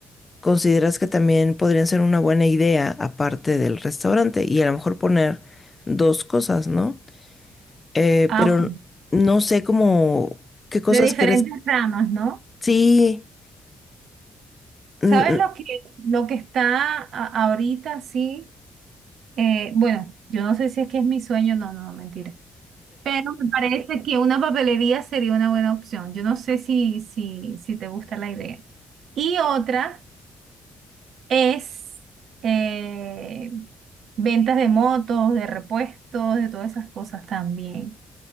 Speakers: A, on the left (about 30°); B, on the right (about 65°).
A: consideras que también podrían ser una buena idea aparte del restaurante y a lo mejor poner dos cosas, ¿no? Eh,
B: Ah,
A: pero
B: ok.
A: no sé cómo, qué cosas
B: De diferentes
A: crees.
B: ramas, ¿no?
A: Sí, mm,
B: ¿Sabes lo que, lo que está a- ahorita, sí? Eh, bueno, yo no sé si es que es mi sueño, no, no, mentira. Pero me parece que una papelería sería una buena opción. Yo no sé si, si, si te gusta la idea. Y otra es eh, ventas de motos, de repuestos, de todas esas cosas también.